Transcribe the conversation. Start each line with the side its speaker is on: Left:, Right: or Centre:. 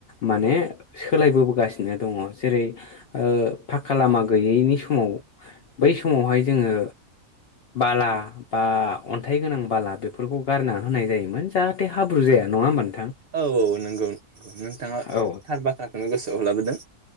Left: माने सोलायबोबोगासिनो दङ। जेरै ओ पाक्का लामा गैयैनि समाव बै समावहाय जोङो बाला बा अन्थाइ गोनां बाला बेफोरखौ गारना होनाय जायोमोन। जाहाथे हाब्रु जाया नङा होमब
Right: औ औ नंगौंगौ नोंथाङा
Left: औ
Right: थार बाथ्रा नो गोसोआव लाबोदों।